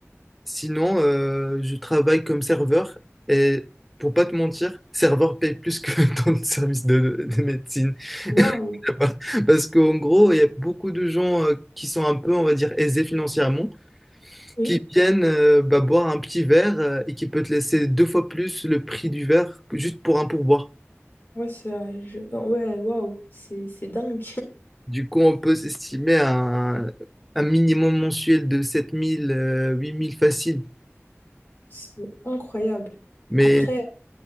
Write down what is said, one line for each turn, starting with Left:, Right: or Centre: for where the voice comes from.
Centre: sinon euh, je travaille comme serveur. Et pour pas te mentir, serveur paye plus que <laughs> dans le service de de médecine.
Left: Waouh!
Centre: <laughs> Parce qu'en gros, il y a beaucoup de gens euh, qui sont un peu, on va dire, aisés financièrement,
Left: Oui,
Centre: qui viennent euh, bah, boire un petit verre euh, et qui peut te laisser deux fois plus le prix du verre que juste pour un pourboire.
Left: ouais, c'est... euh, je- Ouais, waouh, c'est c'est dingue,
Centre: Du coup, on peut s'estimer à un, un minimum mensuel de 7000, 8000 facile.
Left: <laughs> c'est incroyable.
Centre: Mais,
Left: Après...